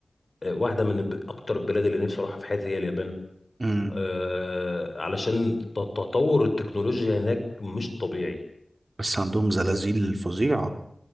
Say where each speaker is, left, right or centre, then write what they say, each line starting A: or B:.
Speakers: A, on the left; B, on the right.
A: آه، واحدة من الب- أكتر البلاد اللي نفسي أروحها في حياتي هي اليابان
B: مم.
A: آه، علشان ت- تطور التكنولوجيا هناك مش طبيعي
B: بس عندهم زلازل فظيعة